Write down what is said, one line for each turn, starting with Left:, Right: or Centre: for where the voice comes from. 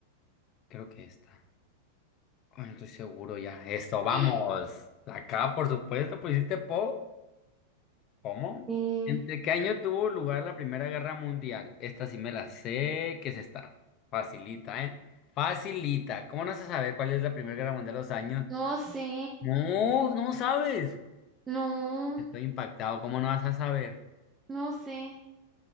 Left: Creo que esta. Ay, no estoy seguro ya. Esto, vamos.
Right: <gasps>
Left: Acá, por supuesto, pusiste Po. ¿Cómo?
Right: Sí.
Left: ¿Entre qué año tuvo lugar la Primera Guerra Mundial? Esta sí me la sé. ¿Qué es esta? Facilita, ¿eh? Facilita. ¿Cómo no se sabe cuál es la Primera Guerra Mundial de los años?
Right: No sé,
Left: No, no sabes.
Right: no,
Left: Estoy impactado. ¿Cómo no vas a saber?
Right: no sé.